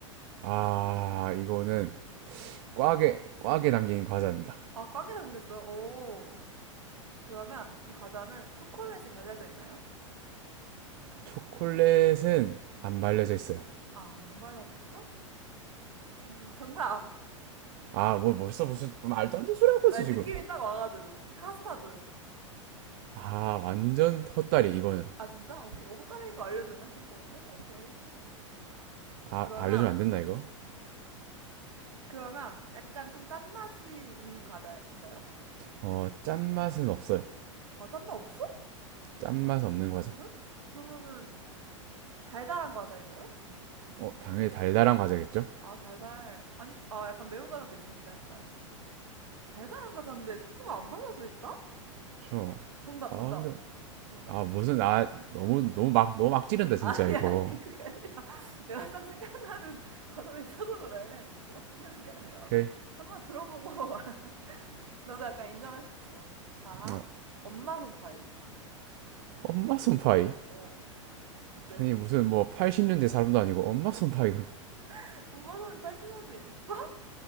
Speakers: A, on the right (about 45°); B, on the right (about 75°).
A: 아, 이거는 꽉에 꽉에 담긴 과자입니다.
B: 아, 꽉에 담겼어요? 오. 그러면 이 과자는 초콜릿이 발려져 있나요?
A: 초콜릿은 안 말려져
B: 음.
A: 있어요.
B: 아, 안 발라졌어? 음, 정답.
A: 아, 뭐 벌써 무슨 말도 안 되는 소리 하고
B: 아,
A: 있어
B: 느낌이
A: 지금.
B: 딱 와가지고. 카스타드.
A: 아, 완전 헛다리 이거는.
B: 아, 진짜? 오케이. 어, 호따르인 거 알려주네? 좀 좋은데? 오케이.
A: 아,
B: 그러면,
A: 알려주면 안 된다 이거.
B: 그러면 약간 좀 짠맛이 있는 과자인가요?
A: 어, 짠맛은 없어요.
B: 아, 짠맛 없어?
A: 짠맛 없는 과자.
B: 그래? 그러면은 달달한 과자인가요?
A: 어, 당연히 달달한 과자겠죠?
B: 아, 달달. 아니, 아, 약간 매운 과자도 있으니까 살짝. 달달한 과자인데 초코가 안 발라져 있다?
A: 그쵸.
B: 정답,
A: 아,
B: 정답,
A: 근데
B: 정답.
A: 아 무슨 아 너무 너무 막 너무 막
B: <laughs>
A: 찌른다 진짜
B: 아니,
A: 이거.
B: 아니, 그게 아니라. <laughs> 내가 딱 생각나는 과자가 있어서 그래. 진짜 막 쓰려는 게 아니라.
A: 오케이.
B: 한번 들어보고 <laughs> 너도 약간 인정할 수 있어. 자,
A: 아,
B: 엄마 손파이.
A: 엄마 손파이.
B: 어, 어때?
A: 아니 무슨 뭐 80년대 사람도 아니고 엄마 손파이.
B: <laughs> 엄마 손이 80년대에 있었어?